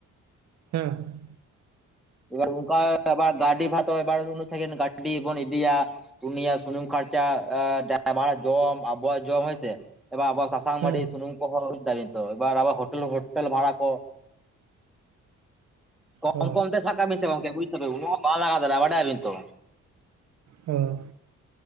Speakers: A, on the right (about 65°); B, in the centre.
A: ᱦᱮᱸ᱾
B: ᱮᱵᱟᱨ ᱚᱱᱠᱟ ᱟᱵᱟᱨ ᱜᱟᱹᱰᱤ ᱵᱷᱟᱲᱟ ᱛᱚ ᱮᱭ ᱵᱟᱨ ᱩᱱᱟᱹᱜ ᱥᱟᱺᱤᱧᱜ ᱜᱟᱹᱰᱤ ᱵᱚᱱ ᱤᱫᱤᱭᱟ ᱩᱩᱱᱤᱭᱟᱜ ᱥᱩᱱᱩᱢ ᱠᱷᱟᱨᱪᱟ ᱮᱸ ᱰᱟᱭᱵᱷᱟᱨᱟᱜ ᱡᱚᱢ ᱟᱵᱚᱣᱟᱜ ᱡᱚᱢ ᱦᱚᱭᱥᱮ ᱮᱵᱟᱨ ᱟᱵᱚᱣᱟᱜ ᱥᱟ ᱥᱟᱝ
A: ᱦᱮᱸ
B: ᱢᱟᱹᱰᱤ ᱥᱩᱱᱩᱢ ᱠᱚᱦᱚᱸ ᱵᱩᱡᱫᱟᱵᱤᱱ ᱛᱚ ᱮᱵᱟᱨ ᱟᱵᱟᱨ ᱦᱳᱴᱮᱞ ᱦᱳᱴᱮᱞ ᱵᱷᱟᱲᱟ ᱠᱚ ᱠᱚᱢ
A: ᱚ
B: ᱠᱚᱢᱛᱮ ᱥᱟ ᱠᱟᱜ ᱵᱤᱱ ᱥᱮ ᱜᱚᱝᱠᱮ ᱵᱩᱡ ᱫᱟᱵᱮᱱ ᱩᱱᱟᱹᱜ ᱵᱟᱝ ᱞᱟᱜᱟᱣ ᱫᱟᱲᱮᱭᱟᱜᱼᱟ ᱵᱟᱰᱟᱭᱟᱵᱤᱱ ᱛᱚ
A: ᱦᱮᱸ᱾